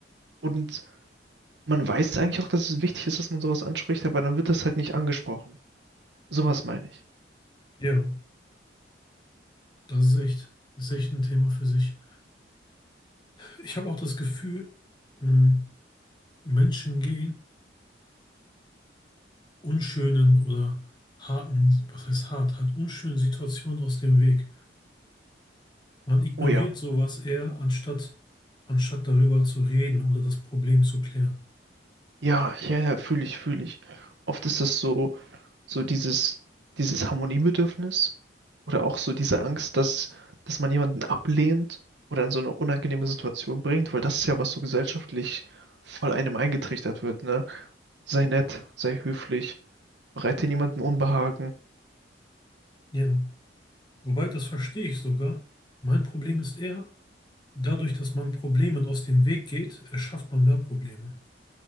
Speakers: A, on the right (about 70°); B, on the left (about 25°).
A: Und man weiß eigentlich auch, dass es wichtig ist, dass man sowas anspricht, aber dann wird das halt nicht angesprochen. Sowas meine ich.
B: ja. Das ist echt, ist echt ein Thema für sich. Ich habe auch das Gefühl, mh, Menschen gehen. unschönen oder harten, was heißt hart, halt unschönen Situationen aus dem Weg. Man ignoriert
A: Oh ja.
B: sowas eher, anstatt, anstatt darüber zu reden oder das Problem zu klären.
A: Ja, ja, ja, fühle ich, fühle ich. Oft ist das so. so dieses, dieses Harmoniebedürfnis oder auch so diese Angst, dass, dass man jemanden ablehnt oder in so eine unangenehme Situation bringt, weil das ist ja, was so gesellschaftlich voll einem eingetrichtert wird, ne? Sei nett, sei höflich, bereite niemanden Unbehagen.
B: Ja, wobei das verstehe ich sogar. Mein Problem ist eher, dadurch, dass man Problemen aus dem Weg geht, erschafft man mehr Probleme.